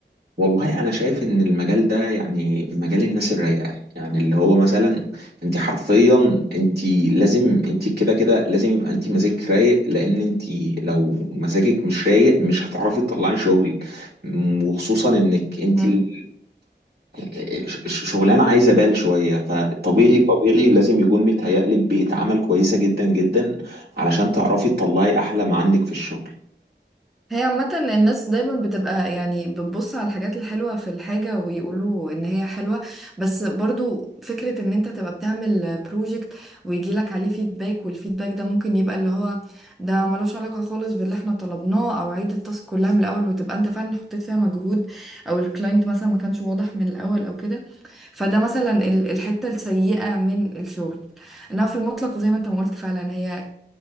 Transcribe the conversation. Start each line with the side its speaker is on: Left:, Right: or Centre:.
Right: والله انا شايف ان المجال ده يعني مجال الناس الرايقه يعني اللي هو مثلا انت حرفيا انت لازم انت كده كده لازم يبقى انت مزاجك رايق لان انت لو مزاجك مش رايق مش هتعرفي تطلعي شغل م- وخصوصا انك انت
Centre: امم
Right: ال- ال- ش- ش- شغلانه عايزه بال شويه فطبيعي طبيعي لازم يكون متهيألك بيئه عمل كويسه جدا جدا علشان تعرفي تطلعي احلى ما عندك في الشغل
Centre: هي عامة الناس دايما بتبقى يعني بتبص على الحاجات الحلوة في الحاجة ويقولوا ان هي حلوة بس برضو فكرة ان انت تبقى بتعمل بروجكت ويجيلك عليه فيدباك والفيدباك ده ممكن يبقى اللي هو ده ملوش علاقة خالص باللي احنا طلبناه او عيد التاسك كلها من الاول وتبقى انت فعلا حطيت فيها مجهود او الكلاينت مثلا ما كانش واضح من الاول او كده فده مثلا ال- الحتة السيئة من الشغل انها في المطلق زي ما انت ما قلت فعلا هي